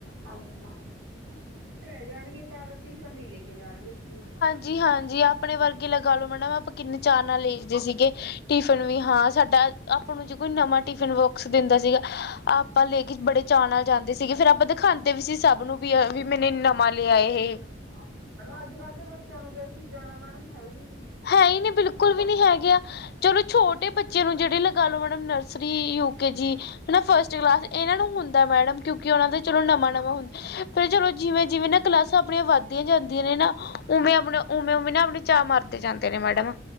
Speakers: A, on the right; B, on the left.
A: ਹਾਂਜੀ ਮੈਡਮ, ਭੁੱਖੇ ਰੈ ਜਾਣਗੇ ਪਰ ਟਿਫਨ ਨੀ ਲੈ ਕੇ ਜਾਣਗੇ ਸਕੂਲ।
B: ਜੀ ਹਾਂਜੀ ਆਪਣੇ ਵਰਗੇ ਲਗਾਲੋ ਮੈਡਮ ਆਪਾਂ ਕਿੰਨੇ ਚਾਅ ਨਾਲ ਲੇਜਦੇ ਸੀਗੇ ਟੀਫ ਨ ਵੀ ਹਾਂ ਸਾਡਾ ਆਪਾਂ ਨੂੰ ਜੇ ਕੋਈ ਨਵਾਂ ਟਿਫਿਨ ਬੋਕਸ ਦਿੰਦਾ ਸੀਗਾ ਆਪਾਂ ਲੈ ਕੇ ਬੜੇ ਚਾਅ ਨਾਲ ਜਾਂਦੇ ਸੀਗੇ ਫੇਰ ਆਪਾਂ ਦਿਖਾਂਦੇ ਵੀ ਸੀ ਸਭ ਨੂੰ। ਵੀ-ਵੀ ਮੈਨੇ ਨਵਾਂ ਲੇਆ ਏਹ
A: ਹਾਂਜੀ ਮੈਡਮ ਅੱਜ-ਕੱਲ ਦੇ ਬੱਚੇਆਂ ਨੂੰ ਤਾਂ ਏ ਚੀਜ਼ਾਂ ਦਾ ਹੈ ਈ ਨੀ।
B: ਹੈ ਈ ਨੀ ਬਿਲਕੁਲ ਵੀ ਨੀ ਹੈਗੇ, ਆ ਚੱਲੋ ਛੋਟੇ ਬੱਚੇਆਂ ਨੂੰ ਜੇੜੇ ਲਗਾ ਲੋ madam nursery U K G ਹਨਾ ਫਸਟ ਕਲਾਸ ਏਨਾਂ ਨੂੰ ਹੁੰਦਾ ਮੈਡਮ, ਕਿਉਂਕਿ ਓਨਾਂ ਦਾ ਚੱਲੋ ਨਵਾਂ ਨਵਾਂ ਹੁੰਦੈ ਫਿਰ ਚਲੋ ਜਿਵੇਂ-ਜਿਵੇਂ ਨਾ ਕਲਾਸਾਂ ਆਪਣੀਆਂ ਵੱਧਦੀਆਂ ਜਾਂਦੀਆਂ ਨੇ ਨਾ, ਉਵੇਂ ਆਪਣੇ ਉਵੇਂ-ਉਵੇਂ ਨਾ ਆਪਣੇ ਚਾ ਮਰਦੇ ਦੇ ਜਾਂਦੇ ਨੇ ਮੈਡਮ